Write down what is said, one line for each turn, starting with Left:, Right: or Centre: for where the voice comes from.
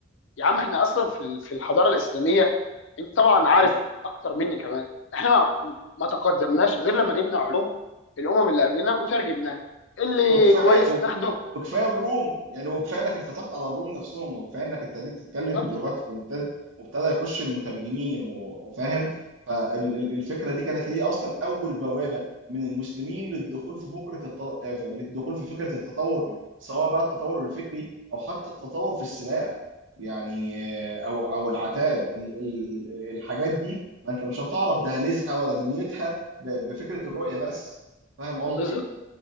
Left: يا عم احنا اصلا في ال- في الحضاره الاسلاميه انت طبعا عارف
Right: يعني
Left: اكتر مني كمان احنا ما ما تقدمناش غير لما جبنا علوم الامم اللي قبلنا وترجمناها اللي
Right: وكفايه
Left: كويس
Right: و-
Left: ناخده
Right: وكفايه الروم يعني وكفايه انك انفتحت على الروم نفسهم وكفايه انك ابتديت تتكلم
Left: بالظبط
Right: بلغتهم وابتدى وابتدى يخش المترجمين و- وفاهم فالفكره دي كانت هي اصلا اول بوابه من المسلمين للدخول في فكره الت... آه، للدخول في فكره التطور سواء بقى التطور الفكري او حتى التطور في السلاح يعني آه، او او العتاد ال... ال... الحاجات دي ما انت مش هتعرف دهاليزها ولا دنيتها ب... بفكره الرؤيه بس فاهم قصدي؟
Left: بالظبط